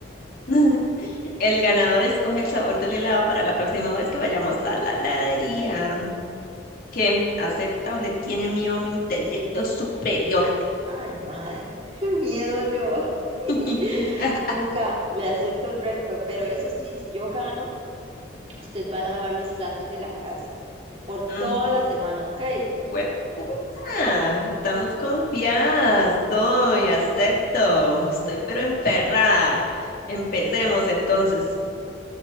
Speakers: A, on the left; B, on the right.
A: <laughs> El ganador escoge el sabor del helado para la próxima vez que vayamos a la heladería. ¿Qué? ¿Acepta o le tiene miedo a mi intelecto superior?
B: Ay, madre, <laughs> qué miedo yo.
A: <laughs>
B: <laughs> Nunca le acepto el reto, pero eso sí, si yo gano, usted va a lavar los platos de la casa por toda
A: Mm,
B: la semana, ¿ok?
A: ¡Hueputa! Estamos confiadas Soy. acepto. Estoy pero emperrada. Empecemos entonces.